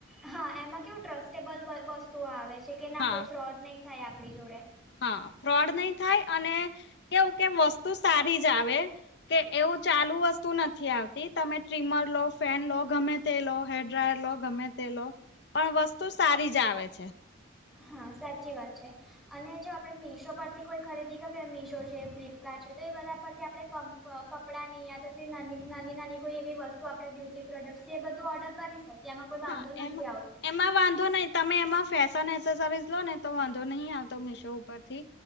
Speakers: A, in the centre; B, on the left.
A: હા એમાં કેવું ટ્રસ્ટેબલ વ વસ્તુઓ આવે છે કે ના
B: હા
A: કોઈ ફ્રોડ નહી થાય આપણી જોડે
B: હા ફ્રોડ નહી થાય અને કેવું કેમ વસ્તુ સારી જ આવે કે એવું ચાલુ વસ્તુ નથી આવતી તમે ટ્રીમર લો ફેન લો ગમે તે લો હેર ડ્રાયર લો ગમે તે લો પણ વસ્તુ સારી જ આવે છે.
A: હા સાચી વાત છે. અને જો આપણે મીશો પરથી કોઈ ખરીદી કર મીશો છે ફ્લિપકાર્ટ છે તો એ બધા પરથી આપણે ક અ કપડાંની યાતો ફિર નાની નાની કોઈ એવી વસ્તુ આપણે બ્યુટી પ્રોડક્ટ્સ છે એ બધું ઓર્ડર કરી શકીએ ત્યામાં કોઈ વાંધો
B: હા
A: નથી
B: એમાં
A: આવતો.
B: એમાં વાંધો નહી તમે એમાં ફેશન એસેસરી લો ને તો વાંધો નહીિ આવતો મીશો ઉપરથી.